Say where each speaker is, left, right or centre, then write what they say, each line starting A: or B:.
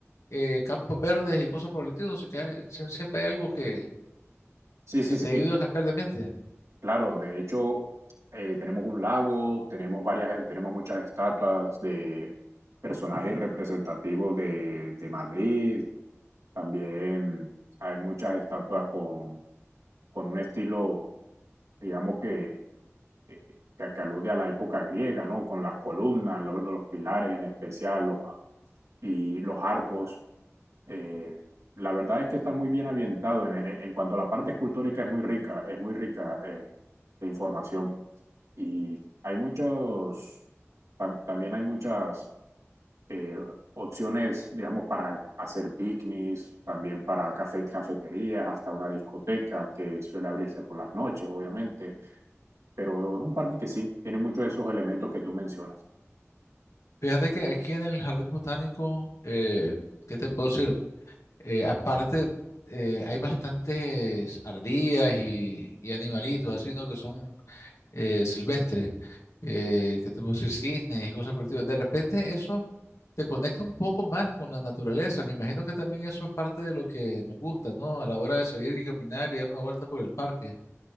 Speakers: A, on the left; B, on the right.
A: eh, campos verdes y cosas por el estilo, sino que hay- sie- siempre hay algo que,
B: Sí, sí,
A: que
B: sí.
A: te ayuda a cambiar de ambiente.
B: Claro, de hecho, eh, tenemos un lago, tenemos varias, tenemos muchas estatuas de personajes representativos de, de Madrid. También hay muchas estatuas con, con un estilo, digamos que, eh, que, que alude a la época griega, ¿no? Con las columnas, los, los pilares en especial, los, y los arcos. Eh, la verdad es que está muy bien ambientado. En, en cuanto a la parte escultórica, es muy rica, es muy rica, eh, de información. Y hay muchos, tam- también hay muchas eh, opciones, digamos, para hacer picnics, también para café, cafeterías, hasta una discoteca que suele abrirse por las noches, obviamente. Pero es un parque que sí, tiene muchos de esos elementos que tú mencionas.
A: Fíjate que aquí en el Jardín Botánico, eh, ¿qué te puedo decir? Eh, aparte, eh, hay bastantes ardillas y, y animalitos así, ¿no? Que son eh, silvestres. Eh, ¿qué te puedo decir? Cisnes y cosas por el estilo. De repente eso te conecta un poco más con la naturaleza. Me imagino que también eso es parte de lo que nos gusta, ¿no? A la hora de salir y caminar y dar una vuelta por el parque.